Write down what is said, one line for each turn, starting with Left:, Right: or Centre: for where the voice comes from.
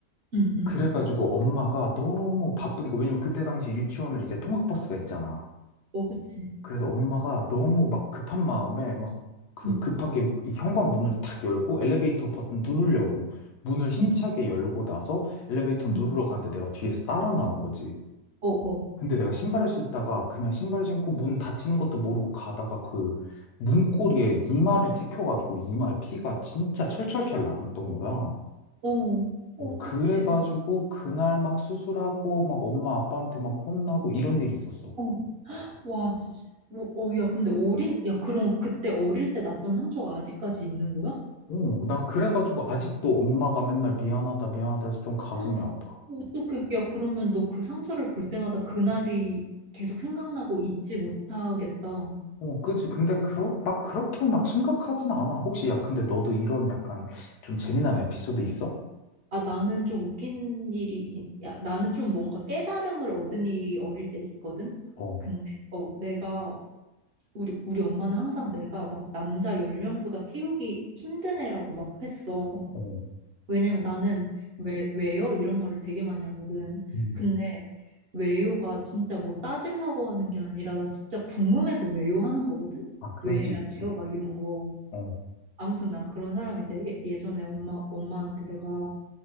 Right: 응, 응,
Left: 그래가지고
Right: 응.
Left: 엄마가 너무 바쁘니까 왜냐면 그때 당시 유치원을 이제 통학버스가 있잖아.
Right: 어, 그치.
Left: 그래서 엄마가 너무 막 급한 마음에 막 그
Right: 응,
Left: 급하게 이 현관 문을 탁 열고 엘리베이터 버튼 누르려고 문을 힘차게
Right: 응,
Left: 열고 나서 엘리베이터 누르러
Right: 응.
Left: 가는데 내가 뒤에서 따라 나온 거지.
Right: 어, 어,
Left: 근데 내가 신발을 신다가 그냥 신발 신고 문 닫히는 것도 모르고 가다가 그 문고리에 이마를 찍혀가지고 이마에 피가 진짜 철철철 났던 거야.
Right: 어, 어떡해.
Left: 어, 그래가지고 그날 막 수술하고 막 엄마 아빠한테 막 혼나고 이런 일이 있었어.
Right: 어, 와, 진짜. 어, 어, 야, 근데 어린, 야, 그럼 그때 어릴 때 났던 상처가 아직까지 있는 거야?
Left: 어, 나 그래가지고 아직도 엄마가 맨날 미안하다, 미안하다 해서 좀 가슴이
Right: 헉,
Left: 아파.
Right: 어떡해. 야, 그러면 너 그 상처를 볼 때마다 그날이 계속 생각나고 잊지 못하겠다.
Left: 어, 그치. 근데 그러, 막 그렇게 막 심각하진 않아. 혹시, 야, 근데 너도 이런 약간 좀 재미난 에피소드 있어?
Right: 아, 나는 좀 웃긴 일이, 야, 나는 좀 뭔가 깨달음을 얻은 일이 어릴 때 있거든?
Left: 어,
Right: 근데, 어, 내가, 우리, 우리 엄마는 항상 내가 막 남자 10명보다 키우기 힘든 애라고 막 했어.
Left: 어,
Right: 왜냐면 나는 왜, 왜요? 이런 말을 되게 많이 하거든.
Left: 음.
Right: 근데 왜요가 진짜 뭐 따지려고 하는 게 아니라 나 진짜 궁금해서 왜요 하는 거거든?
Left: 아, 그럴
Right: 왜
Left: 수
Right: 해야
Left: 있지.
Right: 돼요? 막 이런 거.
Left: 어,
Right: 아무튼 난 그런 사람인데 예, 예전에 엄마, 엄마한테 내가